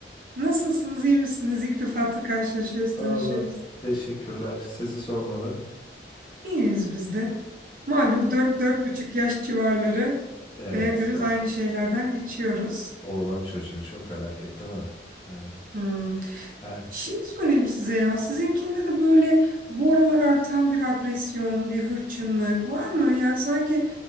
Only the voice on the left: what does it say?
Valla
teşekkürler. Sizi sormalı.
Evet,
o
oğlan çocuğu çok felaket değil mi? Yani,
he.